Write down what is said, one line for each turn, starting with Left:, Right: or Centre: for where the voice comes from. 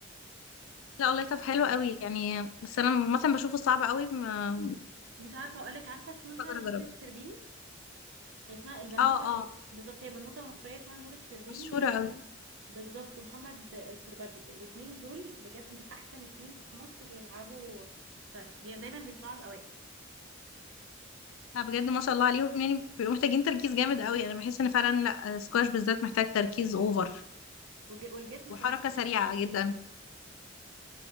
Left: لا والله طب حلو قوي يعني بس انا مثلا بشوفه صعب قوي ما
Right: مش عارفه اقولك عارفه اسمها
Left: مش هقدر اجربه
Right: نور الشربيني هي اسمها البنوته
Left: اه اه
Right: هي- بالظبط هي بنوته مصريه اسمها نور الشربيني
Left: مشهوره
Right: وواحد
Left: قوي
Right: اسمه بالظبط محمد الشربجي الاتنين دول بجد من احسن اتنين في مصر بيلعبوا سكواش بي- دايما بيطلعوا الاوائل
Left: لا بجد ما شاء الله عليهم يعني بيبقوا محتاجين تركيز جامد قوي انا بحس ان فعلا لا سكواش بالذات محتاج تركيز اوفر
Right: والج- والجسم
Left: وحركه
Right: كمان يكون
Left: سريعه
Right: كويس
Left: جدا
Right: جدا